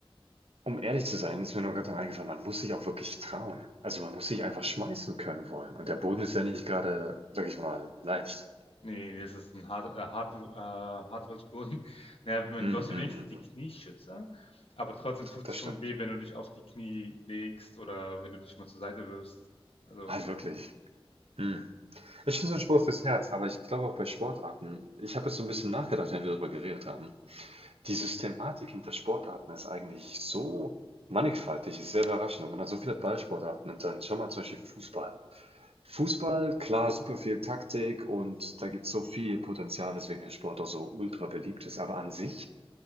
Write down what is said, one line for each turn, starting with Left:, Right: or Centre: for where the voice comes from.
Right: um ehrlich
Left: genau.
Right: zu sein, ist mir nur gerade eingefallen, man muss sich auch wirklich trauen. Also man muss sich einfach schmeißen können wollen. Und der Boden ist ja nicht gerade, sag ich mal, leicht.
Left: Nee, das ist ein Hart, äh, Hart, äh, Hartholzboden. <laughs> Naja, wenn,
Right: Hm,
Left: du hast ja
Right: hm,
Left: wenigstens
Right: hm,
Left: die
Right: hm.
Left: Knieschützer, aber trotzdem tut
Right: Das
Left: es schon
Right: stimmt.
Left: weh, wenn du dich auf die Knie legst oder wenn du dich mal zur Seite wirfst. Also,
Right: Also wirklich. Hm. Ich finde so ein Sport fürs Herz, aber ich glaube auch bei Sportarten, ich habe jetzt so ein bisschen nachgedacht, wenn wir darüber geredet haben. Die Systematik hinter Sportarten ist eigentlich so mannigfaltig, ist sehr überraschend. Und man hat so viele Ballsportarten und dann schau mal zum Beispiel Fußball. Fußball, klar, super viel Taktik und da gibt es so viel Potenzial, weswegen der Sport auch so ultra beliebt ist. Aber an sich